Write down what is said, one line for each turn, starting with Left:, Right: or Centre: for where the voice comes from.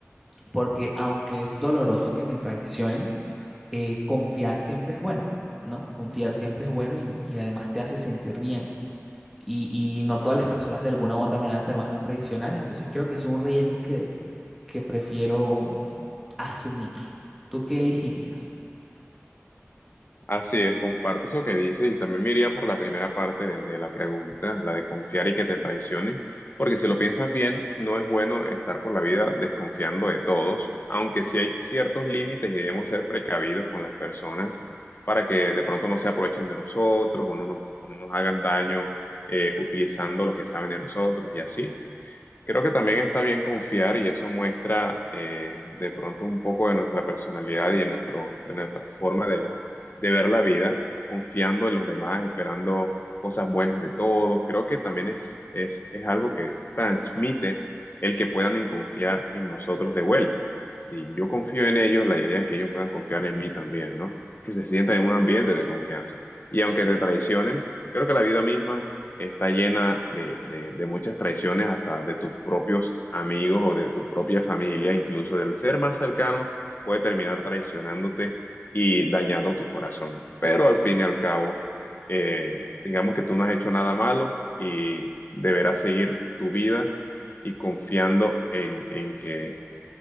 Centre: porque aunque es doloroso que me traicionen, eh, confiar siempre es bueno, ¿no? Confiar siempre es bueno y, y además te hace sentir bien. Y, y no todas las personas de alguna u otra manera te van a traicionar, entonces creo que es un riesgo que, que prefiero asumir. ¿Tú qué elegirías?
Left: Así es, comparto eso que dice y también me iría por la primera parte de, de la pregunta, la de confiar y que te traicionen, porque si lo piensas bien, no es bueno estar por la vida desconfiando de todos, aunque sí hay ciertos límites y debemos ser precavidos con las personas para que de pronto no se aprovechen de nosotros o no nos, o no nos hagan daño eh, utilizando lo que saben de nosotros y así. Creo que también está bien confiar y eso muestra eh, de pronto un poco de nuestra personalidad y de, nuestro, de nuestra forma de, de ver la vida, confiando en los demás, esperando cosas buenas de todos. Creo que también es, es, es algo que transmite el que puedan en confiar en nosotros de vuelta. Si yo confío en ellos, la idea es que ellos puedan confiar en mí también, ¿no? Que se sientan en un ambiente de confianza. Y aunque te traicionen, creo que la vida misma está llena de, de- de muchas traiciones, hasta de tus propios amigos o de tu propia familia, incluso del ser más cercano, puede terminar traicionándote y dañando tu corazón. Pero al fin y al cabo, eh, digamos que tú no has hecho nada malo y deberás seguir tu vida y confiando en, en que